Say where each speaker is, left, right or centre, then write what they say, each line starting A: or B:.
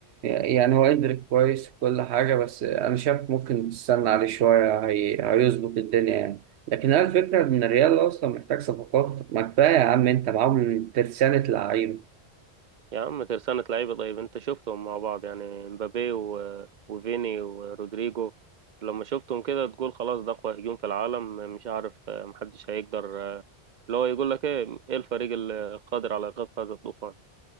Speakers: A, on the right; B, on the right.
A: يعني هو اندريك كويس في كل حاجة بس انا شايف ممكن تستنى عليه شوية هي... هيظبط الدنيا يعني لكن هي الفكرة ان الريال اصلا محتاج صفقات ما كفايه يا عم انت معاهم ترسانة لعيبة
B: يا عم ترسانة لعيبة طيب انت شفتهم مع بعض يعني مبابي و... وفيني ورودريجو لما شفتهم كده تقول خلاص ده اقوى هجوم في العالم مش عارف آه، محدش هيقدر آه، اللي هو يقول لك ايه ايه الفريق القادر على ايقاف هذا الطوفان